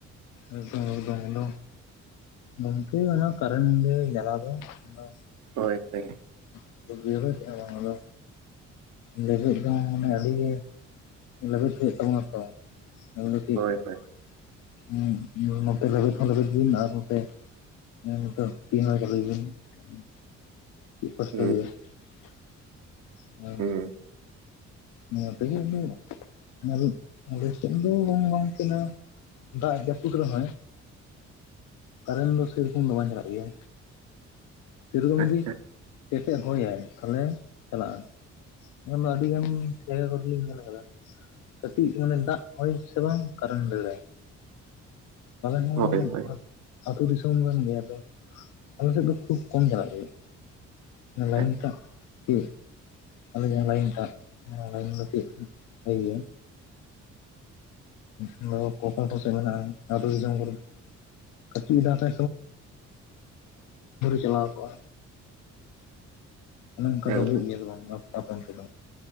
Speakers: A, on the left; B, on the right.
A: ᱮᱜᱫᱚᱢ ᱮᱜᱫᱚᱢ ᱩᱱᱫᱚ ᱠᱷᱩᱱᱴᱤ ᱚᱱᱟ ᱠᱟᱨᱮᱱ ᱜᱮ ᱡᱟᱞᱟ ᱫᱚ ᱦᱮᱞᱳ
B: ᱦᱳᱭ ᱦᱳᱭ
A: <unintelligible> ᱦᱚ ᱵᱟᱝ ᱟᱫᱚ ᱞᱮᱵᱮᱫ ᱫᱚ ᱢᱟᱱᱮ ᱟᱹᱰᱤ ᱜᱮ ᱞᱮᱵᱮᱫ ᱦᱩᱭᱩᱜ ᱛᱟᱵᱚᱱᱟ ᱛᱚ <unintelligible>
B: ᱦᱳᱭ ᱦᱳᱭ
A: ᱱᱚᱛᱮ ᱞᱮᱵᱮᱫ ᱦᱚᱸ ᱞᱮᱵᱮᱫ ᱵᱤᱱ ᱟᱨ ᱱᱚᱛᱮ <inaudible> <inaudible>
B: ᱦᱩᱸ
A: <inaudible>
B: ᱦᱩᱸ
A: ᱚᱱᱟ ᱛᱮᱜᱮ ᱩᱱᱟ. ᱟᱞᱮ ᱟᱞᱮᱥᱮᱱ ᱫᱚ ᱵᱟᱝ ᱵᱟᱝ ᱛᱮᱱᱟ, ᱫᱟᱜ ᱡᱟᱯᱩᱫ ᱨᱮᱦᱚᱸᱭ, ᱠᱟᱨᱮᱱ ᱫᱚ ᱥᱮᱨᱚᱠᱚᱢ ᱫᱚ ᱵᱟᱝ ᱪᱟᱞᱟᱜ ᱜᱮᱭᱟ ᱥᱮᱨᱚᱠᱚᱢ
B: ᱟᱪᱪᱷᱟ
A: ᱡᱩᱫᱤ ᱠᱮᱴᱮᱡ ᱦᱚᱭᱟᱭ ᱛᱷᱟᱞᱮ ᱪᱟᱞᱟᱜᱼᱟ ᱚᱱᱟ ᱢᱟ ᱟᱹᱰᱤ ᱜᱟᱱ ᱡᱟᱭᱜᱟ ᱠᱚᱨᱮ ᱞᱤᱧ ᱧᱮᱞ ᱠᱟᱫᱟ ᱾ ᱠᱟᱴᱤᱡ ᱢᱟᱱᱮ ᱫᱟᱜ ᱦᱚᱭ ᱥᱮ ᱵᱟᱝ ᱠᱟᱨᱮᱱ ᱫᱟᱹᱲᱟᱭ ᱦᱚᱸ
B: ᱦᱚᱭ ᱦᱚᱭ
A: ᱟᱹᱛᱩ ᱫᱤᱥᱚᱢ ᱨᱮ ᱱᱤᱭᱟᱹ ᱫᱚ ᱟᱞᱮ ᱥᱮᱫ ᱫᱚ ᱠᱷᱩᱵ ᱠᱚᱢ ᱪᱟᱞᱟᱜ ᱜᱮᱭᱟ ᱚᱱᱟ ᱞᱟᱭᱤᱱᱴᱟᱜ
B: ᱟᱪᱪᱷᱟ
A: ᱜᱤ ᱚᱱᱮ ᱡᱟᱦᱟ ᱞᱟᱭᱤᱱ ᱴᱟᱜ ᱚᱱᱟᱞᱟᱭᱤᱱ ᱞᱟᱹᱜᱤᱫ ᱵᱷᱟ ᱫᱚ ᱚᱠᱟ ᱠᱚ ᱥᱮᱫ ᱢᱮᱱᱟᱜᱼᱟ ᱟᱹᱛᱩ ᱫᱤᱥᱚᱢ ᱠᱚᱨᱮ <inaudible> <inaudible> ᱢᱟᱛᱠᱚᱢ ᱫᱟᱨᱮ ᱪᱟᱞᱟᱣᱠᱚᱜᱼᱟ ᱚᱱᱮ ᱚᱱᱠᱟ
B: ᱮᱠᱫᱚᱢ
A: ᱫᱚ ᱦᱩᱭᱩᱜ ᱜᱮᱭᱟ ᱥᱮ ᱵᱟᱝ ᱟᱯ ᱟᱯᱮ ᱚᱱᱛᱮᱫᱚ,